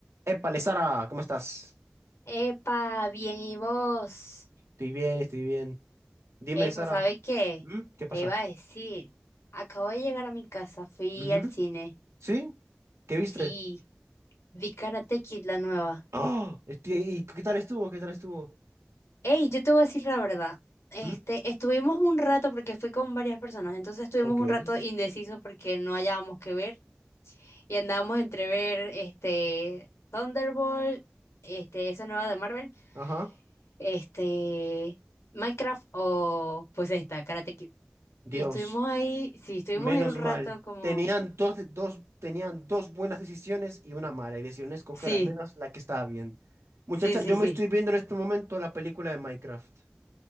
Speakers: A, on the right; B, on the left.
A: Épale, Sara, ¿cómo estás?
B: Epa, bien, ¿y vos?
A: Estoy bien, estoy bien. Dime,
B: Epa,
A: Sara,
B: ¿sabes qué?
A: ¿Mm? ¿Qué pasa?
B: Te iba a decir, acabo de llegar a mi casa, fui
A: Ujú.
B: al cine.
A: ¿Sí? ¿Qué viste?
B: Sí, vi Karate Kid la nueva.
A: ¡Ah! Estoy, ¿y qué tal estuvo? ¿Qué tal estuvo?
B: Ey, yo te voy a decir la verdad. Este,
A: ¿Mm?
B: estuvimos un rato porque fui con varias personas, entonces estuvimos
A: Ok.
B: un rato indecisos porque no hallábamos qué ver y andábamos entre ver este Thunderbolt, este esa nueva de Marvel,
A: Ajá.
B: este Minecraft o pues esta Karate Kid.
A: Dios,
B: Y estuvimos ahí, sí, estuvimos
A: menos
B: ahí un rato
A: mal.
B: como,
A: Tenían dos, dos, tenían dos buenas decisiones y una mala, y decidieron escoger
B: sí,
A: al menos la que estaba bien. Muchacha,
B: sí, sí,
A: yo me
B: sí,
A: estoy viendo en este momento la película de Minecraft.